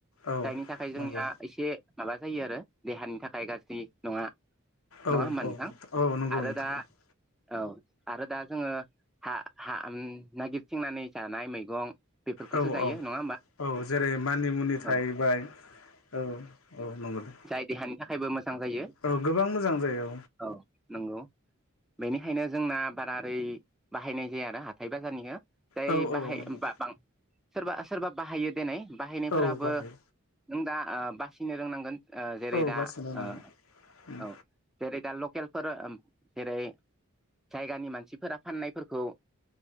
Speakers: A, on the left (about 85°); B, in the centre.
A: औ
B: जायनि थाखाय जोंनिया
A: नंगौ
B: एसे माबा जायो आरो देहानि थाखाय गाज्रि नङा।
A: औ
B: नङा होनबा
A: औ
B: नोंथां
A: औ नंगौ
B: आरो
A: नोंथां
B: दा औ आरो दा जोङो हा हा नागिरथिंनानै जानाय मैगं बेफोरखौसो
A: औ
B: जायो
A: औ
B: नङा होमबा?
A: औ जेरै मानि मुनि थाहैबाय
B: औ
A: औ औ नंगौ दे।
B: जाय देहानि थाखायबो मोजां जायो
A: औ गोबां मोजां जायो
B: औ नंगौ। बेनिखायनो जोंना बारारै बाहायनाय जाया आरो हाथाय बाजारनिखौ जाय
A: औ
B: बाहाय
A: औ औ
B: बां सोरबा सोरबा बाहायो दनै बाहायनायफोराबो
A: औ बाहायो
B: नों दा बासिनो रोंनांगोन जेरै
A: औ
B: दा
A: बासिनो नाङा
B: ओ
A: उम
B: औ जेरै दा लकेलफोर ओम जेरै जायगानि मानसिफोरा फाननायफोरखौ